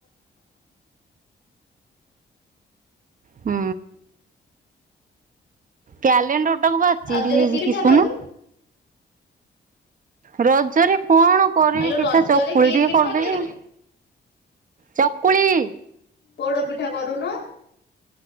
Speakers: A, on the right; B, on the left.
A: ହୁଁ। କ୍ୟାଲେଣ୍ଡରଟାକୁ ବା
B: ରଜରେ
A: ଚିରି ଦେଇଚି
B: କି ପିଠା
A: କିଶିନୁ।
B: କରିବୁ?
A: ରଜରେ କଣ କରିବି
B: ଆଲୋ
A: ପିଠା
B: ରଜରେ
A: ଚକୁଳି
B: କି
A: ଟିକେ
B: ପିଠା
A: କରିଦେବି
B: କରିବୁ
A: ଆଉ। ଚକୁଳି।
B: ପୋଡ଼ ପିଠା କରୁନୁ।